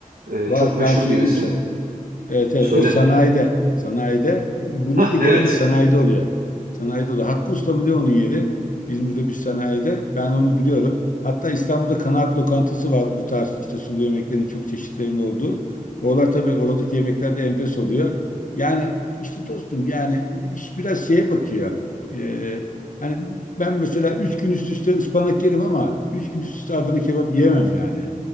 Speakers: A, on the right (about 80°); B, on the left (about 65°).
A: e,
B: Var
A: çok meşhur
B: ben söyleyeyim
A: birisi.
B: sana. Evet evet
A: Söyle.
B: o sanayide. Sanayide. Bunlar
A: <laughs> Hah
B: da genelde
A: evet.
B: sanayide oluyor. Sanayide oluyor. Hakkı Usta mı ne onun yeri? İzmir'de bir sanayide. Ben onu biliyorum. Hatta İstanbul'da kanaat lokantası var bu tarz işte sulu yemeklerin çok çeşitlerinin olduğu. Oralar tabii oradaki yemekler de enfes oluyor. Yani işte dostum yani iş biraz şeye bakıyor. Ee, hani ben mesela üç gün üst üste ıspanak yerim ama üç gün üst üste Adana kebap yiyemem yani.